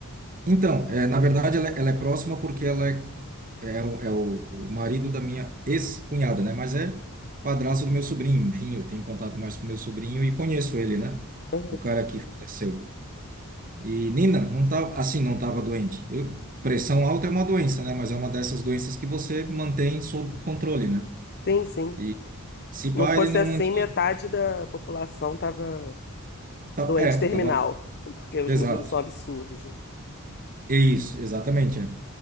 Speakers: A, on the right (about 40°); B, on the left (about 50°).
A: então, é, na verdade, ela, é, ela é próxima porque ela é, é, o, é o o marido da minha ex-cunhada, né? Mas é padrasto do meu sobrinho. Enfim, eu tenho contato mais com meu sobrinho e conheço ele, né?
B: Uhum.
A: O cara que faleceu. E Nina, não tava, assim, não estava doente. Eu, pressão alta é uma doença, né? Mas é uma dessas doenças que você mantém sob controle, né?
B: Sim, sim.
A: E se pá,
B: Não fosse
A: ele não
B: assim,
A: mantinha.
B: metade da população tava
A: tá-
B: doente
A: É,
B: terminal,
A: tava.
B: porque os
A: Exato.
B: números são absurdos, né?
A: É isso, exatamente. É.